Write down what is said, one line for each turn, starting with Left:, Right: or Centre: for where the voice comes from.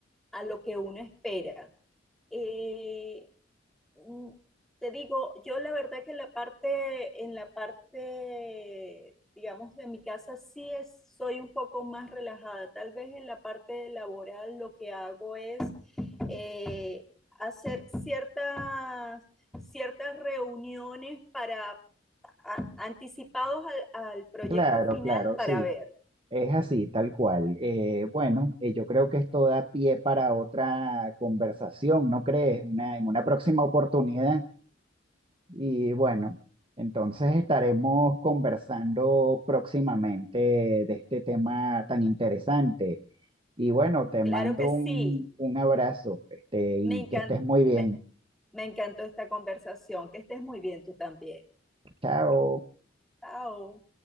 Centre: a lo que uno espera. Eh, mm, te digo, yo la verdad que en la parte, en la parte, digamos, de mi casa sí es, soy un poco más relajada. Tal vez en la parte laboral lo que hago es eh, hacer ciertas, ciertas reuniones para a- anticipados al, al proyecto
Right: Claro,
Centre: final
Right: claro,
Centre: para
Right: sí,
Centre: ver.
Right: es así, tal cual. Eh, bueno, eh, yo creo que esto da pie para otra conversación, ¿no crees? Una, en una próxima oportunidad. Y bueno, entonces estaremos conversando próximamente de este tema tan interesante. Y bueno, te
Centre: Claro
Right: mando
Centre: que sí,
Right: un, un abrazo, este, y
Centre: me encan-
Right: que estés muy bien.
Centre: me me encantó esta conversación. Que estés muy bien tú también.
Right: Chao.
Centre: Chao.